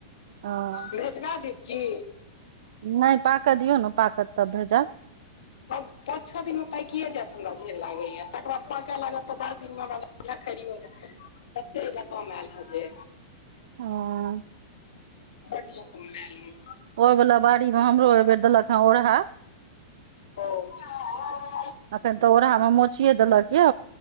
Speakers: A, on the right (about 65°); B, on the left (about 75°).
A: हँ
B: भेजगा दि की
A: नहि पाक दियौ ने पाकत त भेजब
B: पाँच छो दिन मे पाकिए जायत हमरा जेहन लागैया तकर बाद पाकय लागत तऽ दस दिनमे हम ख हो तबे इ कम आयल ह जे
A: हँ
B: बड लताम एल ऐ
A: ओ वाला बाड़ी मे हमरो ओ बेेर देलक हे ओरहा
B: हँ <unintelligible>
A: अखन तऽ ओढ़ा मे मोचिये देलक य